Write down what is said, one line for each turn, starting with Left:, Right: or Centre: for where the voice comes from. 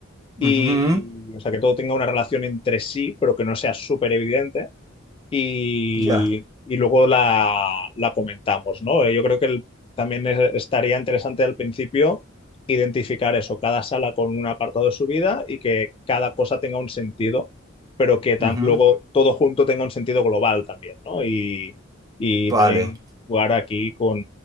Left: Y,
Right: Ujú,
Left: o sea, que todo tenga una relación entre sí, pero que no sea súper evidente y,
Right: Ya.
Left: y luego la, la comentamos, ¿no? Eh, Yo creo que el- también es- estaría interesante al principio identificar eso, cada sala con un apartado de su vida y que cada cosa tenga un sentido, pero que tam-
Right: Ujú,
Left: luego todo junto tenga un sentido global también, ¿no? Y, y
Right: Vale.
Left: también jugar aquí con,